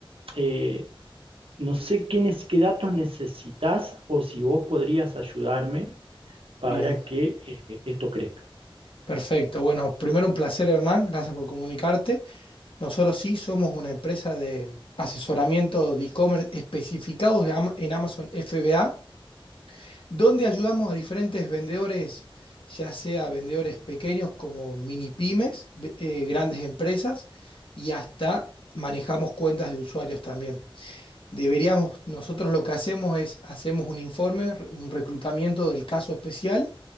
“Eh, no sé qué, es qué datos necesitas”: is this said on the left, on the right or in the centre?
Right